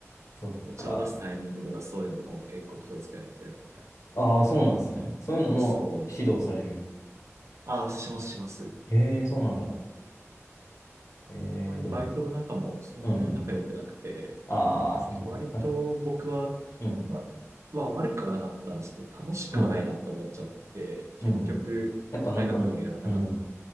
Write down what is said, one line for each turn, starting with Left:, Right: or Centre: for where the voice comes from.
Left: そっか。
Right: お茶を出すタイミングとかそういうのとかも結構気をつけないといけない。
Left: ああ、そうなんですね。そういうのも指導される。
Right: そう。あ、します、します。
Left: へえ、そうなんだ。ええ、
Right: あまりバイトの中もそんなに仲良くなくて、
Left: でも、うんうんうん。ああ、そう。
Right: 割と僕は、
Left: なんか、うん、
Right: まあ、まあ悪くはなかったんですけど、楽しくはないなと思っちゃって、
Left: うん、
Right: 結局、
Left: うん。やっぱなんか、
Right: 長くはやらなかった。
Left: うん。